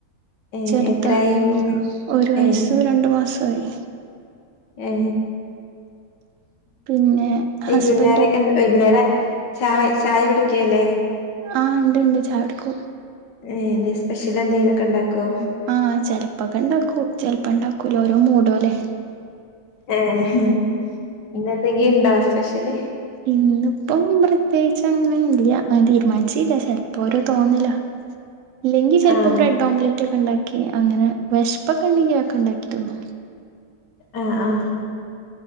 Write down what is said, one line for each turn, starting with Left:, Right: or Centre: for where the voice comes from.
Left: ഏഹ്
Right: ചെറുതാ
Left: എത്രായി മോന്
Right: ഒരു വയസ്സു
Left: ഏഹ്
Right: രണ്ടു മാസയി
Left: ഏ
Right: പിന്നെ
Left: വൈകുന്നേരക്കെ
Right: ഹസ്ബൻഡ്
Left: വൈകുന്നേരം ചായ ചായ പിടിക്കല്ലേ
Right: ആഹ് ഇണ്ട് ഇണ്ട് ചായ കുടിക്കും
Left: ഏ്തെ സ്പെഷ്യൽ എന്തെങ്കുംൊക്കെ ഉണ്ടാക്കുമോ
Right: ആഹ ചെിലപ്പൊക്കെ ഇ എന്ന ചിത്രത്തിൽ ണ്ടാക്കൂ ചെിലപ്പ ഇണ്ടാക്കൂല ഓരോ മൂടോ അല്ലേ
Left: ഏ എപ ഇന്ന ന്തെങ്കിലും ഉ ണ്ടോ സ്പെഷ്യല്
Right: ഇന്നിപ്പം പ്രത്യേകി അങ്ങനെ ഇല്ല അൽതീരുമാനിച്ചല്ല ചിലപ്പോര തോന്നല ഇല്ലങ്കിൽെല്പ്പം
Left: ആഹ്
Right: ബ്രഡ് ആഓംലറ്റ് റ്റൊക്കെ ഉണ്ടാക്കി അങ്ങനെ വിഷ്പൊക്കെ ഉണ്ടെങ്കി അ ഒ ക്കെ ഉണ്ടാക്കി തിന്നു
Left: ആഹ ആഹ